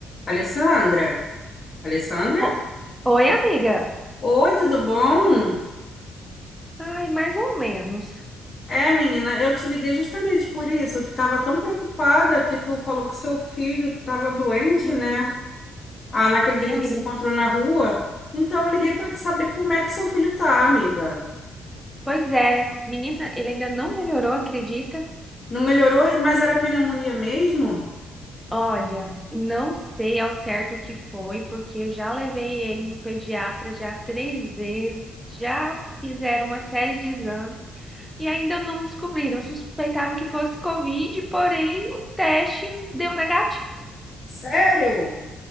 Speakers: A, on the left; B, in the centre.
A: Alessandra? Alessandra?
B: O- Oi, amiga.
A: Oi, tudo bom?
B: Ai, mais ou menos.
A: É, menina, eu te liguei justamente por isso. Tu tava tão preocupada que tu falou que seu filho tava doente,
B: Uhum.
A: né? Ah, naquele dia
B: Sim,
A: que
B: amiga.
A: ele se encontrou na rua. Então eu liguei pra te saber como é que seu filho tá, amiga.
B: Pois é, menina, ele ainda não melhorou, acredita?
A: Não melhorou, mas era pneumonia mesmo?
B: Olha, não sei ao certo o que foi, porque já levei ele no pediatra já três vezes, já fizeram uma série de exames e ainda não descobriram. Suspeitaram que fosse Covid, porém o teste deu negativo.
A: Sério?